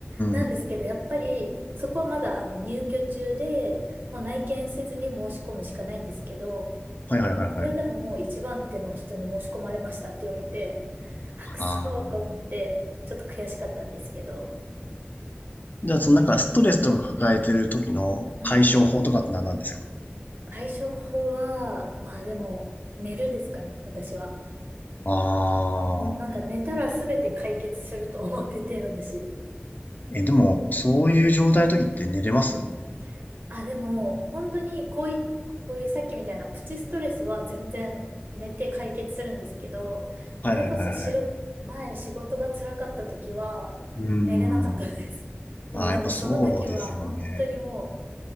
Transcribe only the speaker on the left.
ーん。
はいはいはいはい。
ああ。
じゃあ、そのなんかストレスとか抱えてる時の解消法とかって何なんですか
ああ。
え、でも、そういう状態の時って寝れます
はいはいはいはい。
うー
ん。
ああ、やっぱそうですよね。